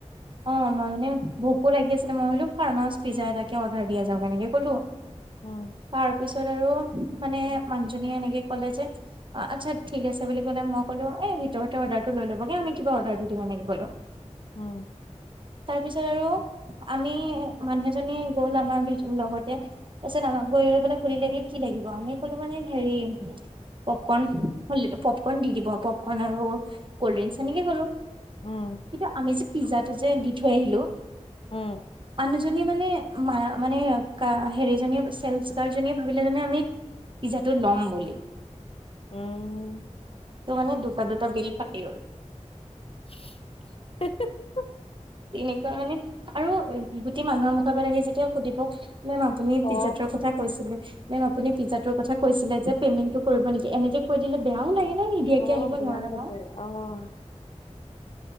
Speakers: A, on the right; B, on the left.
A: অ মই মানে ভোকো লাগি আছিল মই ভাবিলো ফাৰ্ম হাউচ পিজ্জা এটাকে অৰ্ডাৰ দিয়া যাওঁক কেনেকে ভাবিলো।
B: উম
A: তাৰ পিছত আৰু মানে মানুহজনীয়ে এনেকে কলে যে আটচ্ছা ঠিক আছে বুলি কলে মই কলো এ ভিতৰতে অৰ্ডাৰটো লৈ লব,
B: উম,
A: তাৰ পিছত আৰু আমি মানুহজনী গল আমাৰ লগতে তাৰ পিছত আমাক গৈ সুধিলে পেলাই সুধিলে কি লাগিব আমি ক'লো মানে হেৰি পপকৰ্ন পপকৰ্ণ দি দিব পপকৰ্ন আৰু কল্ড ড্ৰিংক এনেকে কলো,
B: উম
A: কিন্তু আমি যে পিজ্জাটো যে দি থৈ আহিলো
B: উম
A: আ <unintelligible> নি মানুহজনী মানে মানে হেৰি জনীয়ে চেল গাৰ্ড জনীয়ে ভাবিলে জানে আমি পিজ্জাটো লম বুলি-
B: উম!
A: ত মানে দুটা দুটা বিল ফাটি গল।
B: <unintelligible>
A: তেনেকুৱা মানে আৰু গোটেই মানুহৰ মুখৰ পৰা যেতিয়া সুধিব মেম আপুনি
B: অ
A: পিজ্জাটোৰ কথা কৈছিলে। মেম আপুনি পিজাটোৰ কৈছিলে যে পে'মেণ্টটো কৰিব নেকি এনেকে কৈ দিলে বেয়াও লাগে। ন নিদিয়াকে
B: অঁ
A: আহিব
B: বিয়াম
A: নোৱাৰা ন
B: আছে অঁ,